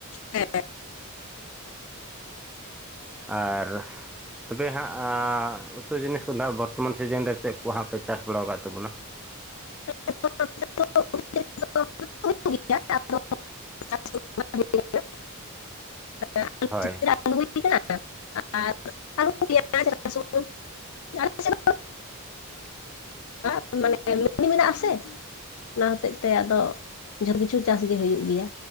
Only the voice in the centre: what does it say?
ᱟᱨᱻ ᱛᱚᱵᱮ ᱦᱟᱸᱜ ᱟᱸ ᱩᱛᱩ ᱡᱤᱱᱤᱥ ᱠᱚ ᱵᱚᱨᱛᱚᱢᱟᱱ ᱥᱤᱡᱤᱱ ᱨᱮ ᱪᱮᱫ ᱠᱚ ᱦᱟᱸᱜ ᱯᱮ ᱪᱟᱥ ᱵᱟᱲᱟᱣ ᱠᱟᱫ ᱛᱟᱵᱚᱱᱟ
ᱦᱳᱭ